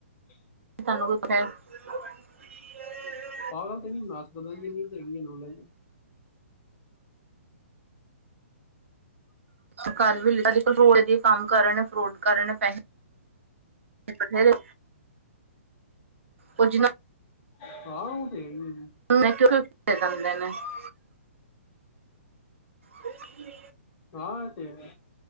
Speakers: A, on the left; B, on the right.
A: ਖ਼ਾਲੀ। <unintelligible>
B: ਸਾਨੂੰ ਕਿੱਥ <unintelligible>
A: ਪਾਤਾ ਤੇ ਨੀ <unintelligible> ਐਨੀ ਤਾ ਹੈਗੀ ਹੈ ਨੌਲੇਜ
B: ਘਰ ਵੀ ਲਏ। <unintelligible> ਕੰਮ ਕਰਨ, ਫਰੋਡ ਕਰਨ, ਪੈਸੇ ਬਥੇਰੇ ਕੁਝ ਨਾ।
A: <unintelligible> ਹਾਂ! ਔਹ ਤੇ ਹੈ, ਈ ਜੀ।
B: <unintelligible> ਖ਼ਾਲੀ <inaudible>
A: ਹਾਂ, ਐ ਤੇ ਹੈ।